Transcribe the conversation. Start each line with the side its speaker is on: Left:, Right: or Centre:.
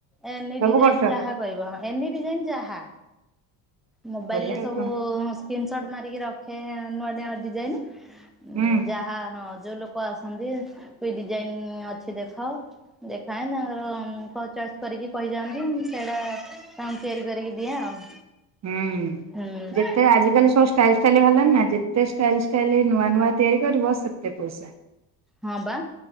Centre: ଏନି
Right: ସବୁ
Centre: ଡିଜାଇନ୍
Right: କରୁଛ
Centre: ଯାହା କହିବ ହଁ ଏନି ଡିଜାଇନ୍ ଯାହା। ମୋବାଇଲ୍
Right: ବଢିଆ
Centre: ରେ
Right: ଆଉ
Centre: ସବୁ
Right: କଣ
Centre: ସ୍କ୍ରିନ୍ ସଟ୍ ମାରିକି ରଖେ ନୂଆ ନୂଆ ଡିଜାଇନ୍।
Right: ହୁଁ
Centre: ଉଁ ଯାହା ହଁ ଯୋଉ ଲୋକ ଆସନ୍ତି କି ଡିଜାଇନ୍ ଅଛି ଦେଖ। ଦେଖାଏ ନହେଲେ କଣ ଚଏସ୍ କରିକି କହିଯାଆନ୍ତି ମୁଁ ସେଇଟା ତାଙ୍କୁ ତିଆରି କରିକି ଦିଏ ଆଉ।
Right: ହୁଁ,
Centre: ହୁଁ
Right: ଯେତେ ଆଜିକାଲି ସବୁ ଷ୍ଟାଇଲ ଷ୍ଟାଇଲ ବାହାରିଲାଣି ନା, ଯେତେ ଷ୍ଟାଇଲ ଷ୍ଟାଇଲ ନୂଆ ନୂଆ ତିଆରି କରିବ ସେତେ ପଇସା।
Centre: ହଁ ବା।